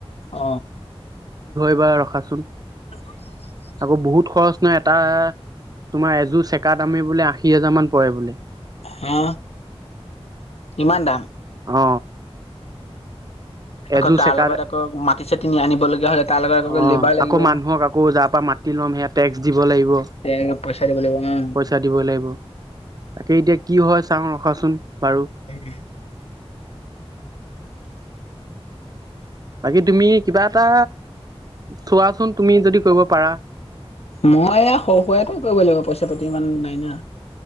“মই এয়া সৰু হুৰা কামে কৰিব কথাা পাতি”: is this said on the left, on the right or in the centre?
Left